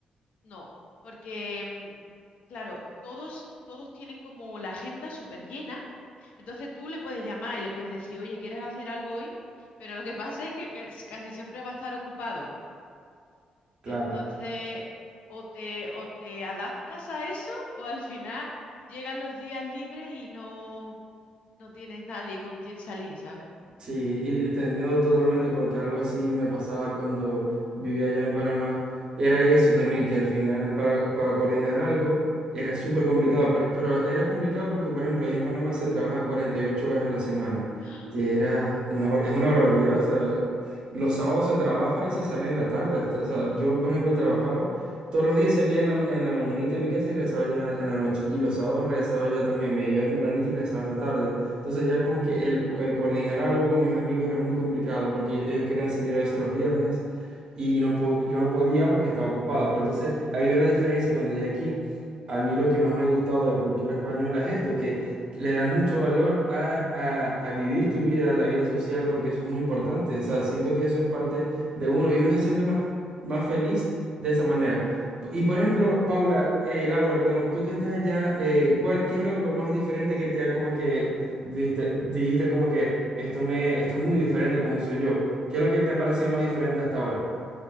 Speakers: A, on the left (about 80°); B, on the right (about 40°).
A: no, porque, mm, claro, todos, todos tienen como la agenda súper llena Entonces tú le puedes llamar y le puedes decir, oye, ¿quieres hacer algo hoy? Pero lo que pasa es que, que s- casi siempre va a estar ocupado.
B: Claro.
A: Entonces, o te, o te adaptas a eso, o al final llegan los días libres y no, no tienes nadie con quien salir, ¿sabes?
B: Sí, y te entiendo totalmente porque algo así me pasaba cuando vivía allá en Panamá. Era eso también, que al final para, para coordinar algo era súper complicado, pero, pero era complicado porque, por ejemplo, allá en Panamá se trabaja 48 horas a la semana,
A: <gasps>
B: que era una, bar- es una barbaridad. O sea, los sábados se trabaja y se sale en la tarde. Hasta, o sea, yo, por ejemplo, trabajaba todos los días, salía en la, ma- en la mañanita de mi casa y regresaba ya en la noche. Y los sábados regresaba ya también, me iba tempranito y regresaba en la tarde. Entonces ya como que el, co- el coordinar algo con mis amigos era muy complicado porque ellos querían salir a veces los viernes y no po- yo no podía porque estaba ocupado. Pero entonces ahí ves la diferencia cuando llegué aquí. A mí lo que más me ha gustado de la cultura española es esto, que le da mucho valor a, a- a vivir tu vida, la vida social, porque eso es muy importante. O sea, siento que eso es parte de uno y uno se siente más, más feliz de esa manera. Y por ejemplo, Paula, eh, Laura, perdón, tú que estás allá, eh, ¿cuál, qué es lo, lo más diferente que te ha como que, uf, dijiste, dijiste como que esto me, esto es muy diferente a como soy yo? ¿Qué es lo que te ha parecido más diferente hasta ahora?